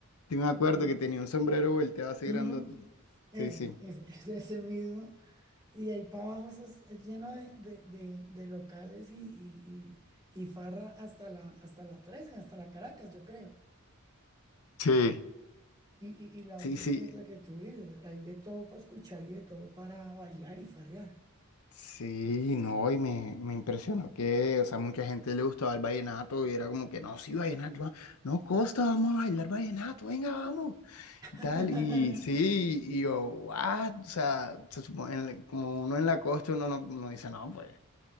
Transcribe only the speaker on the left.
Sí me acuerdo
que tenía un sombrero volteado así
grandote.
Sí, sí.
Sí.
Sí,
sí.
Sí, no, y me, me impresionó que, o sea, mucha gente le gustaba el vallenato y era como que, no, sí, vallenato, va- no, Costa, vamos a bailar vallenato, venga, vamos,
y tal, y sí, y yo, what, o sea, se supone, en la- como uno en la costa, uno no, uno dice, no, pues,